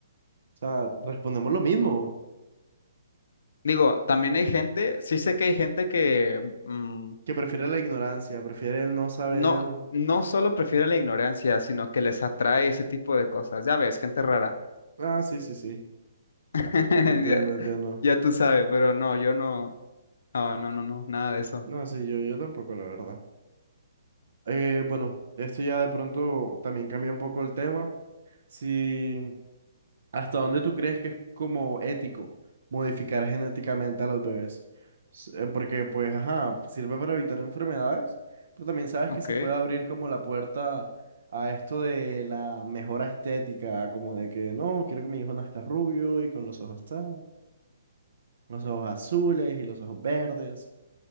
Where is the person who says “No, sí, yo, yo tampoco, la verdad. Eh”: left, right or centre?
Right